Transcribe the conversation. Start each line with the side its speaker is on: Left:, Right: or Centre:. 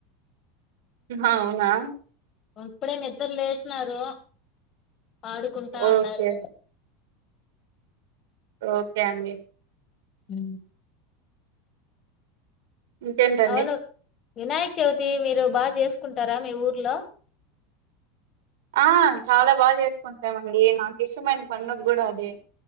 Right: అవునా
Left: ఇప్పుడే నిద్ర లేసినారు ఆడుకుంటా
Right: ఓకే
Left: ఉండారు
Right: ఓకే అండీ
Left: మ్
Right: ఇంకేంటండి
Left: అవును వినాయక చవితి మీరు బాగా చేసుకుంటారా మీ ఊర్లో
Right: ఆ చాలా బాగా చేసుకుంటామండి నాకు ఇష్టమైన పండుగ కూడా అదే